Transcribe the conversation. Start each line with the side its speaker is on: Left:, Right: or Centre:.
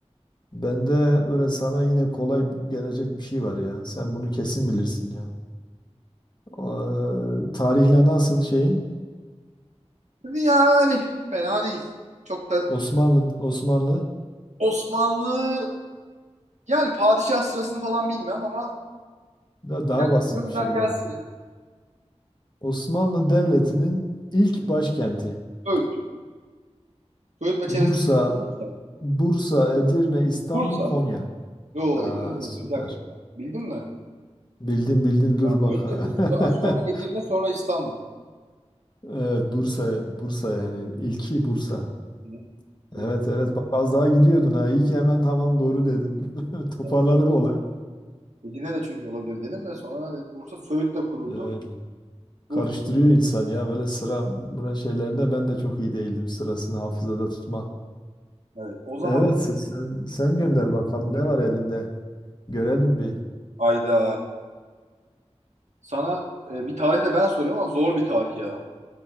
Left: bende böyle sana yine kolay gelecek bir şey var ya. Sen bunu kesin bilirsin ya. Ee, tarihle nasıl şeyin?
Right: Yani fena değil. Çok da
Left: Osmanlı Osmanlı
Right: Osmanlı yani padişah sırasını falan bilmem ama
Left: da daha
Right: Gel,
Left: basit
Right: gönder
Left: bir şey
Right: gelsin
Left: bu.
Right: ya.
Left: Osmanlı Devleti'nin ilk başkenti.
Right: Öğüt. Öğüt ve çevresi.
Left: Bursa,
Right: Bursa.
Left: Bursa, Edirne, İstanbul,
Right: Bursa.
Left: Konya.
Right: Yo
Left: Aa,
Right: Edirne
Left: süper.
Right: oldu. Bir dakika. Bildin mi?
Left: Bildin bildin dur
Right: Ha,
Left: bak.
Right: Önce
Left: <laughs>
Right: Bursa, sonra Edirne, sonra İstanbul.
Left: Evet Bursa Bursa yani ilki Bursa.
Right: Hı hı. Bursa.
Left: Evet evet bak az daha gidiyordun ha. İyi ki hemen tamam doğru dedim. <laughs> Toparladık
Right: Tamam.
Left: olay.
Right: Edirne de çünkü olabilir dedim de sonra dedim Bursa Söğüt de kuruldu.
Left: Evet. Karıştırıyor
Right: Bursa.
Left: insan ya böyle sıra sıra şeylerinde ben de çok iyi değildim sırasını hafızada tutma.
Right: Evet. O zaman
Left: Evet sen sen sen gönder bakalım ne var elinde. Görelim bir.
Right: ayda sana e, bir tarih de ben soruyorum ama zor bir tarih ya.